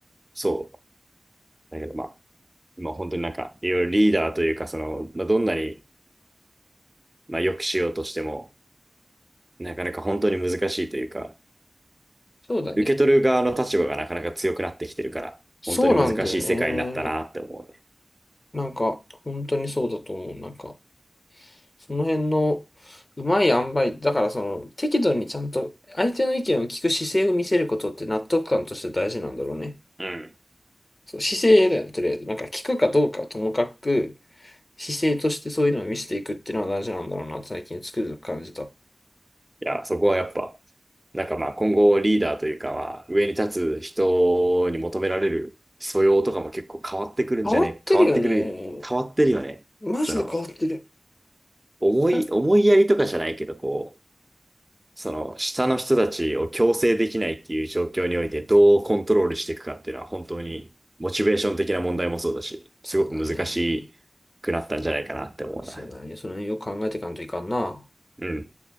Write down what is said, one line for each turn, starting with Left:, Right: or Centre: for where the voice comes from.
Right: そう。だけどまあ、今本当になんか、いろいろリーダーというか、その、まあ、どんなに、まあ、よくしようとしても、なかなか本当に難しいというか、
Left: そうだね。
Right: 受け取る側の立場がなかなか強くなってきてるから、
Left: そうなんだよね。
Right: 本当に難しい世界になったなって思うね。
Left: なんか、本当にそうだと思う。なんか、その辺のうまい塩梅、だからその、適度にちゃんと相手の意見を聞く姿勢を見せることって納得感として大事なんだろうね。
Right: うん。
Left: そう、姿勢だよね、とりあえず。なんか聞くかどうかはともかく、姿勢としてそういうのを見せていくっていうのは大事なんだろうな、最近つくづく感じた。
Right: いや、そこはやっぱ、なんかまあ今後リーダーというかまあ上に立つ人に求められる素養とかも結構変わってくるんじゃね、
Left: 変わってるよね。
Right: 変わってくる、変わってるよね。
Left: マジで変わってる。
Right: その、思い、
Left: え
Right: 思いやりとかじゃないけど、こう、その下の人たちを強制できないっていう状況においてどうコントロールしていくかっていうのは本当にモチベーション的な問題もそうだし、
Left: そうだね。
Right: すごく難しくなったんじゃないかなって思うな。
Left: そうだね。その辺よく考えていかんといかんな。
Right: うん。